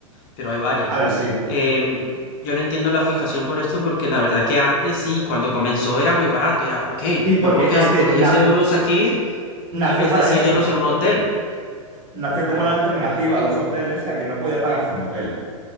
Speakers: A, on the left (about 40°); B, on the right (about 30°).
A: pero hay varias.
B: A ver, sí.
A: Em, yo no entiendo la fijación por esto porque la verdad que antes sí, cuando comenzó era muy barato, era, ok,
B: Sí, porque
A: me puedo quedar
B: es que
A: por
B: na-
A: 10 euros aquí
B: nació
A: en vez
B: para
A: de 100
B: eso.
A: euros en un hotel,
B: Nació
A: claro.
B: como la alternativa
A: Y,
B: a los hoteles, que a quien no podía pagarse un hotel.